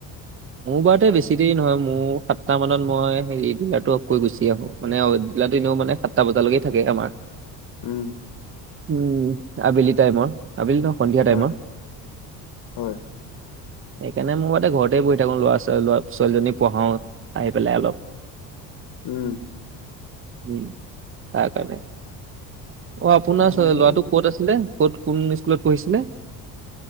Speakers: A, on the right; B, on the left.
A: মোৰ বাৰতে বেছি দেৰি নহয় মোৰ সাতটা মানত মই হেৰি ডিলাৰটো অফ কৰি গুচি আহো মানে ডিলাৰটো এনেও মানে সাতটা বজালৈকে থাকে আমাৰ।
B: উম,
A: উম, আবেলি টাইমৰ আবেলি ন' সন্ধিয়া
B: হয়
A: টাইমৰ। <inaudible>
B: হয়
A: সেইকাৰণে মোৰ মতে ঘৰতে বহি থাকো লৰা- ছোৱালী, লৰা -ছোৱালীজনী পঢ়াও আহি পেলাই অলপ।
B: উম
A: উম, তাৰ কাৰণে আপোনাৰ
B: মোৰ
A: ল'ৰাটো ক'ত আছিলে? ক'ত কোন স্কুলত পঢ়িছিলে?